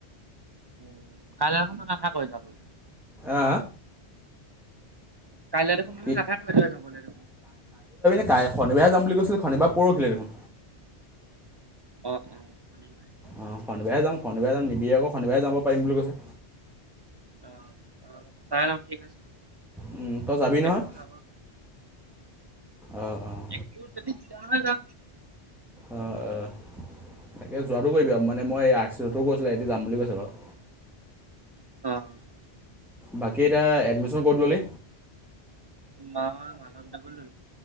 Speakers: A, on the right; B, in the centre.
A: উম, কাইলৈ দেখোন তই নাথাকয়ে যাবলে।
B: আ
A: কাইলৈ দেখোন মানে
B: কি
A: নাথাকৈ তই যাবলৈ দেখোন।
B: তাই শনিবাৰে যাম বুলি কৈছিল শনিবাহ পৰহিলে দেখোন।
A: অ' অ', শনিবাৰে
B: অ', শনিবাৰে যাম, শনিবাৰে যাম নিবি আকৌ শনিবাৰে যাব বুলি কৈছে।
A: অ', চাই ল' ঠিক আছে।
B: উম, তই যাবি
A: সেইটো
B: নহয়
A: কথা
B: অঁ অঁ
A: এক যদি জান যা
B: অ', অ', তাকে যোৱাটো কৰিবি আৰু মানে, মই আৰ চি চতো কৈছিলোঁ এতি যাম বুলি কৈছে বাৰু।
A: অ',
B: বাকী এতিয়া এডমিচন কত ললি?
A: নহয় মাধৱ দাকো